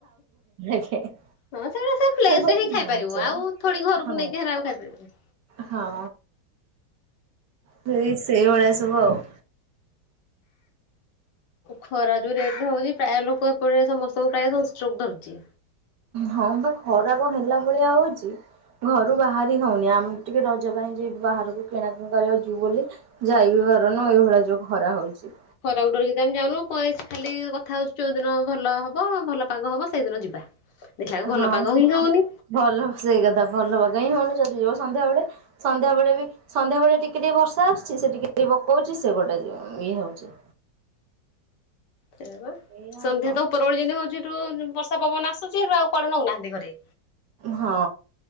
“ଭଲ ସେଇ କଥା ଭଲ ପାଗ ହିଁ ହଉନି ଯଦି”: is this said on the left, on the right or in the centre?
Right